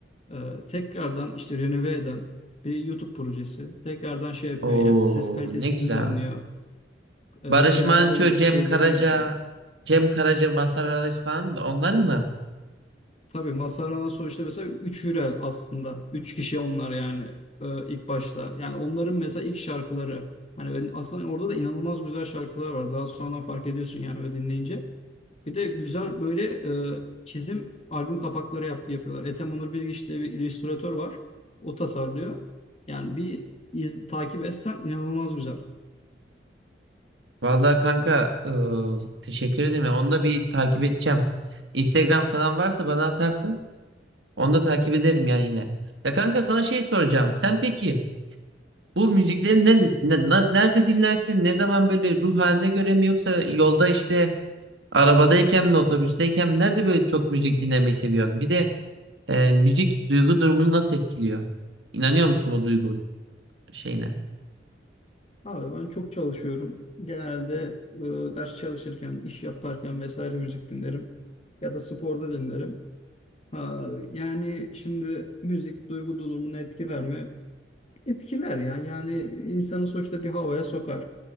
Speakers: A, on the left; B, on the right.
A: e, tekrardan işte renove eden bir YouTube projesi. Tekrardan şey yapıyor
B: Oo
A: yani ses kalitesini
B: ne güzel.
A: düzenliyor. E,
B: Barış
A: plakların
B: Manço, Cem
A: şeylerini
B: Karaca,
A: yapıyor.
B: Cem Karaca, Mazhar Alaş falan mı? Onların mı?
A: Tabii Masarana sonuçta mesela 3 Hürel aslında. üç kişi onlar yani e, ilk başta. Yani onların mesela ilk şarkıları. Hani ben aslında orada da inanılmaz güzel şarkılar var. Daha sonradan fark ediyorsun yani ve dinleyince. Bir de güzel böyle e, çizim albüm kapakları yap, yapıyorlar. Ethem Onur Bilgiç diye bir illüstratör var. O tasarlıyor. Yani bir iz, takip etsen inanılmaz güzel.
B: Vallahi kanka ıı, teşekkür ederim. ya. Onu da bir takip edeceğim. Instagram falan varsa bana atarsın. Onu da takip ederim ya yine. Ya kanka sana şey soracağım. Sen peki bu müzikleri ne, ne- na- nerede dinlersin? Ne zaman böyle ruh haline göre mi yoksa yolda işte arabadayken mi otobüsteyken mi? Nerede böyle çok müzik dinlemeyi seviyorsun? Bir de e, müzik duygu durumunu nasıl etkiliyor? İnanıyor musun bu duygu şeyine?
A: Abi ben çok çalışıyorum. Genelde e, ders çalışırken, iş yaparken vesaire müzik dinlerim. Ya da sporda dinlerim. Ha, yani şimdi müzik duygu durumunu etkiler mi? Etkiler ya. Yani insanı sonuçta bir havaya sokar.